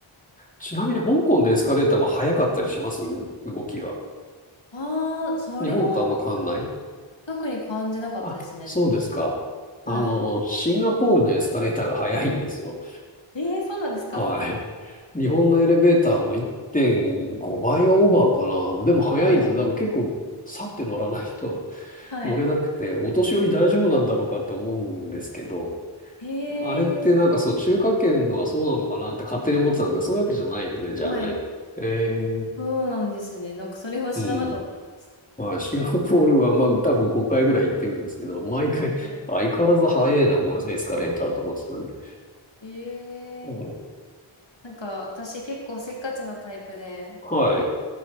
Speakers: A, on the left; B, on the left.
A: ちなみに香港のエスカレーターも速かったりします動きが。
B: ああ、それもあんまり
A: 日本とあんま変わんない
B: 特に感じなかったですね。
A: あ、そうですか。あの、
B: はい。
A: シンガポールのエスカレーターが早いんですよ。
B: ええそうなんですか
A: はい。日本のエレベーターの1.5倍はオーバーかな。でも早いんです。
B: はい。
A: だから結構、さって乗らないと
B: はい。
A: 乗れなくて、お年寄り大丈夫なんだろうかって思うんですけど、
B: え
A: あれってなんかそう、
B: えー
A: 中華圏のはそうなのかなって勝手に思ってたんですけど、そういうわけじゃないんですね、じゃあね。
B: はい。
A: えー、
B: そうなんですね。なんかそれは知らなかったです。
A: うん。まあ、シンガポールは、まあ、多分5回ぐらい行ってるんですけど、毎回、
B: はい。
A: 相変わらず早いな、このエスカレーターと思ってたんで。
B: ええ
A: うん
B: なんか私結構せっかちなタイプで、
A: はい。